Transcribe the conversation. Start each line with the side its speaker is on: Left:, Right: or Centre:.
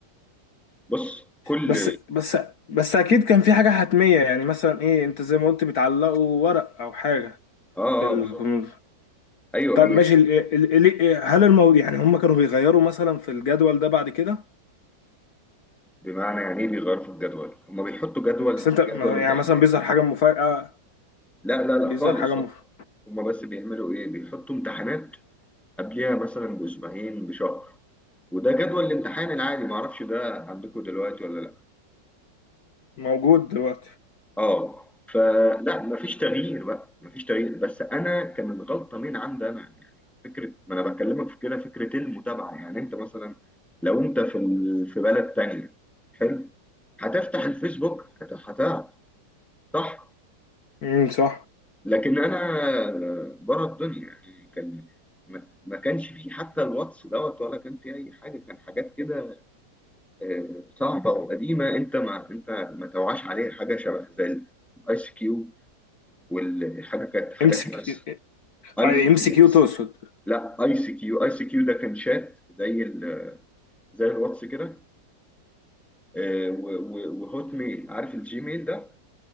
Centre: بص كل
Left: بس بس بس اكيد كان في حاجه حتميه يعني مثلا ايه انت زي ما قلت بتعلقوا ورق او حاجه
Centre: اه
Left: في الكمبيوتر
Centre: اه بالظبط ايوه
Left: طب
Centre: هي
Left: ماشي ال ال ال هل الموضوع يعني هم كانوا بيغيروا مثلا في الجدول ده بعد كده
Centre: بمعنى يعني ايه بيغيروا في الجدول هم بيحطوا جدول
Left: بس انت
Centre: جدول امتحانات
Left: يعني مثلا بيظهر حاجه مفاجاه
Centre: لا لا لا
Left: بيظهر
Centre: خالص
Left: حاجه مف...
Centre: هما بس بيعملوا ايه بيحطوا امتحانات قبلها مثلا باسبوعين بشهر وده جدول الامتحان العادي معرفش ده عندكم دلوقتي ولا لا
Left: موجود دلوقتي
Centre: اه فلا مفيش تغيير بقى مفيش تغيير بس انا كانت غلطه من عند انا يعني فكره ما انا بكلمك في كده فكره المتابعه يعني انت مثلا لو انت في ال- في بلد تانية حلو هتفتح الفيسبوك هت- هتعرف صح
Left: امم صح
Centre: لكن انا بره الدنيا يعني كان ما ما كانش فيه حتى الواتس دوت ولا كان فيه اي حاجه كان حاجات كده آه، صعبه وقديمه انت ما انت ما توعاش عليها حاجه شبه زي الايس كيو والحاجه كانت حاجه
Left: ام سي
Centre: اسمها
Left: كيو،
Centre: ايس
Left: آه، ام
Centre: كيو
Left: سي كيو تقصد
Centre: لا ايس كيو ايس كيو ده كان شات زي ال... زي الواتس كده آه، و- و- وهوت ميل عارف الجيميل ده